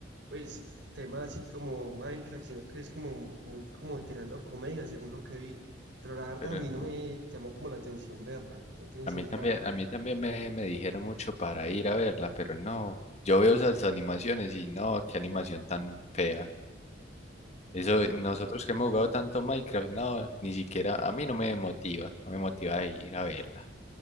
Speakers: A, on the right; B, on the left.
A: pues, temas así como Minecraft, sino que es como, muy, como tirando a comedia, según lo que vi. Pero la verdad
B: Pero
A: a mí
B: no.
A: no me llamó como la atención verla. Yo pensé
B: A mí
A: que
B: también,
A: era...
B: a mí también me, me dijeron mucho para ir a verla, pero no. Yo veo esas animaciones y no, qué animación tan fea. Eso, nosotros que hemos jugado tanto Minecraft, no, ni siquiera, a mí no me motiva, no me motiva a ir a verla.